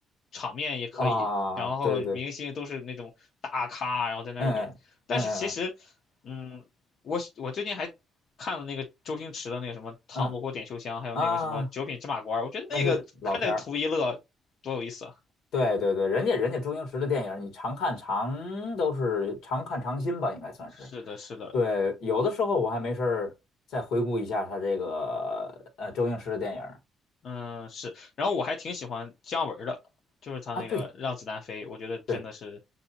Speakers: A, on the left; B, on the left.
A: 场面也可以，
B: 啊，
A: 然后明星都是那种大咖，
B: 对对，
A: 然后在那儿演，
B: 嗯嗯嗯
A: 但是其实，嗯，我我最近还看了那个周星驰的那个什么《唐伯虎点秋香》，
B: 嗯
A: 还有那个什么《九品芝麻官》，
B: 啊，
A: 我觉得那个看那个图一乐，
B: 那是老片儿，
A: 多有意思啊！
B: 对对对，人家人家周星驰的电影，你常看常都是常看常新吧，应该算是。
A: 是的，是的，
B: 对，有的时候我还没事儿再回顾一下他这个呃周星驰的电影儿
A: 嗯，是。然后我还挺喜欢姜文儿的，就是他那个《让子弹飞》，
B: 啊，对
A: 我觉得真的是
B: 对，